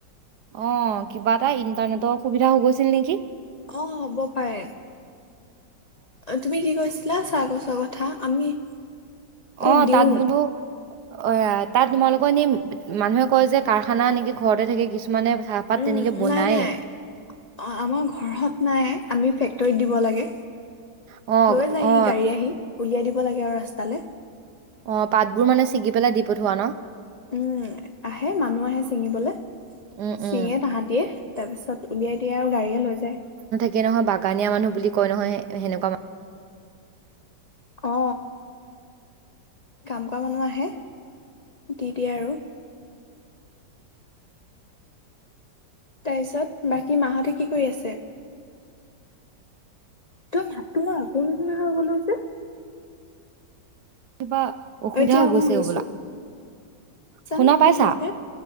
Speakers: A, on the right; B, on the left.
A: অ কিবা এটা ইণ্টাৰনেটৰ অসুবিধা হও গৈছিল নেকি
B: অ হ'ব পাৰে অ তুমি কি কৈছ লা চাহ গছৰ কথা আমি ক'ত
A: অ
B: দিওঁ
A: তাত বোলো অ আ তাত তোমালোকৰ এনে মানুহে কয় যে কাৰখানা এনেকে ঘৰতে থাকে কিছুমানে ভা পাত
B: উম,
A: তেনেকে বনায়
B: নাই নাই অ আমাৰ ঘৰত নাই আমি ফেক্টৰীত দিব লাগে
A: অ
B: লৈ যায়হি
A: অ
B: গাড়ী আহি উলিয়াই দিব লাগে আৰু ৰাস্তালে
A: অ পাতবোৰ মানে ছিগি পেলাই দি পঠোৱা ন
B: উম আহে মানুহ আহে ছিঙিবলে
A: উম
B: ছিঙে
A: উম
B: তাহাঁতিয়ে তাৰপিছত উলিয়াই দিয়ে আউ গাড়ীয়ে লৈ যায়
A: যিয়ে নহক বাগানীয়া মানুহ বুলি কয় নহয় সেনেকুৱা মান
B: অ কাম কৰা মানুহ আহে দি দিয়ে আৰু তাৰ পিছত বাকী মাহতে কি কৰি আছে তোমাৰ মাতটো মই আকৌ নুশুনা হৈ গ'লো যে
A: কিবা অসুবিধা
B: অ', এতিয়া
A: হৈ
B: আকৌ
A: গছে
B: শুনিছো
A: হবলা
B: জানো
A: শুনা
B: কি
A: পাইছা
B: হৈছে